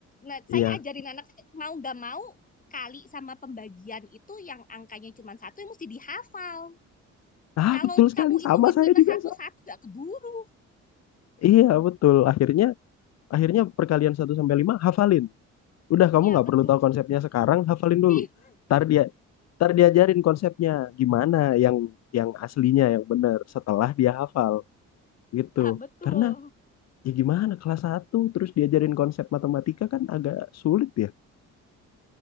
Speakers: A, on the left (about 25°); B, on the left (about 60°).
A: Nah, saya
B: iya.
A: ajarin anak mau nggak mau kali sama pembagian itu yang angkanya cuma satu yang mesti dihafal.
B: Ah,
A: Kalau
B: betul sekali,
A: kamu hitungin
B: sama saya
A: minus
B: juga.
A: satu-satu
B: Sa.
A: nggak keburu.
B: Iya, betul. Akhirnya, akhirnya perkalian satu sampai 5 hafalin. Udah kamu
A: Iya,
B: nggak
A: betul.
B: perlu tahu konsepnya sekarang, hafalin dulu.
A: Iya,
B: Ntar dia, ntar diajarin konsepnya gimana yang yang aslinya yang benar setelah dia hafal gitu.
A: betul.
B: Karena ya gimana kelas satu terus diajarin konsep matematika kan agak sulit ya.